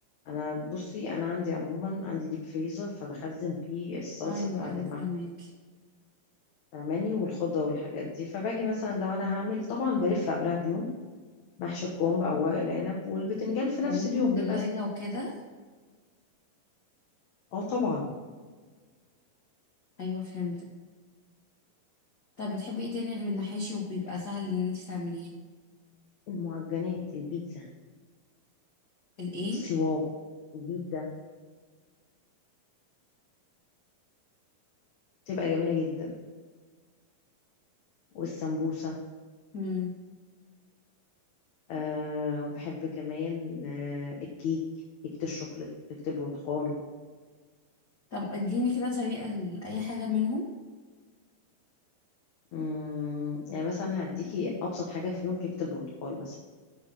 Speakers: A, on the left; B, on the left.
A: انا بصي انا عندي عموما عندي ديب فريزر فبخزن فيه الصلصه
B: ايوه
A: بتاعه
B: ايوه
A: المحشي
B: فهماكي
A: فاهماني والخضة والحاجات دي فباجي مثلا لو انا هعمل طبعا بلف قبلها بيوم محشي الكرنب او ورق العنب والبتنجان في نفس
B: يعني
A: اليوم
B: في التلاجة
A: بيبقى س-
B: وكده
A: اه طبعا
B: ايوه فهمت طب بتحبي ايه تاني غير المحاشي وبيبقى سهل ان انت تعمليه
A: المعجنات البيتزا
B: الايه
A: السواق البيتزا بتبقى جميلة جدا والسمبوسة
B: مم.
A: آه وبحب كمان آه الكيك كيكة الشوكولاتة كيكة البرتقال
B: طب اديني كده طريقة لأي حاجة منهم
A: مم، يعني مثلا هديكي أبسط حاجة في يوم كيكة البرتقال مثلا